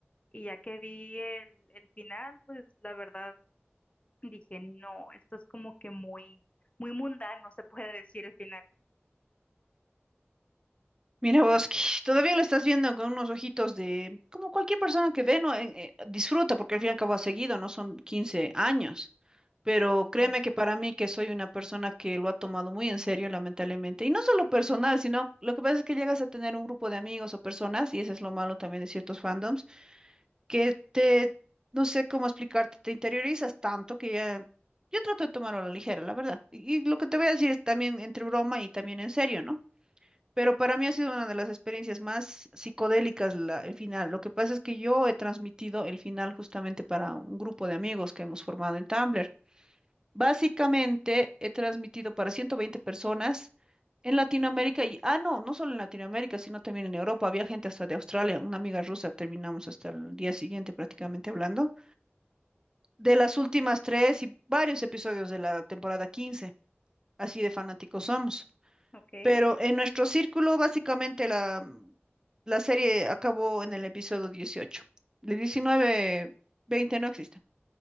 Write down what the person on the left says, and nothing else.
Y ya que vi el, el final, pues la verdad Dije, no, esto es como que muy, muy mundano, se puede decir el final.
Sí,
ok.